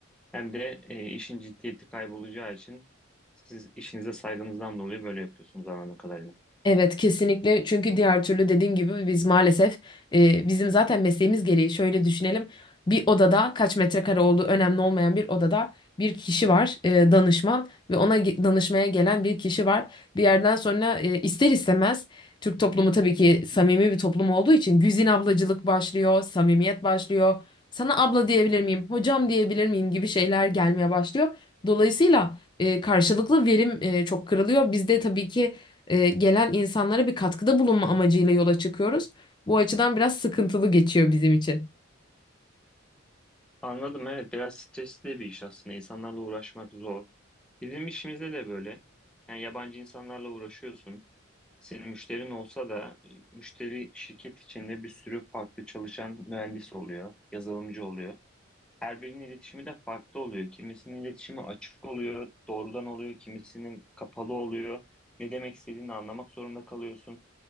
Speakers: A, in the centre; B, on the left.
A: Hem de e, işin ciddiyeti kaybolacağı için siz işinize saygınızdan dolayı böyle yapıyorsunuz anladığım kadarıyla.
B: Evet kesinlikle çünkü diğer türlü dediğim gibi biz maalesef e, bizim zaten mesleğimiz gereği şöyle düşünelim bir odada kaç metrekare olduğu önemli olmayan bir odada bir kişi var e, danışman ve ona ge- danışmaya gelen bir kişi var bir yerden sonra e, ister istemez Türk toplumu tabii ki samimi bir toplum olduğu için güzin ablacılık başlıyor samimiyet başlıyor sana abla diyebilir miyim hocam diyebilir miyim gibi şeyler gelmeye başlıyor dolayısıyla e, karşılıklı verim e, çok kırılıyor bizde tabii ki e, gelen insanlara bir katkıda bulunma amacıyla yola çıkıyoruz. Bu açıdan biraz sıkıntılı geçiyor bizim için.
A: Anladım evet biraz stresli de bir iş aslında. İnsanlarla uğraşmak zor. Bizim işimizde de böyle. Yani yabancı insanlarla uğraşıyorsun. Senin müşterin olsa da e, müşteri şirket içinde bir sürü farklı çalışan mühendis oluyor, yazılımcı oluyor. Her birinin iletişimi de farklı oluyor. Kimisinin iletişimi açık oluyor, doğrudan oluyor, kimisinin kapalı oluyor. Ne demek istediğini anlamak zorunda kalıyorsun.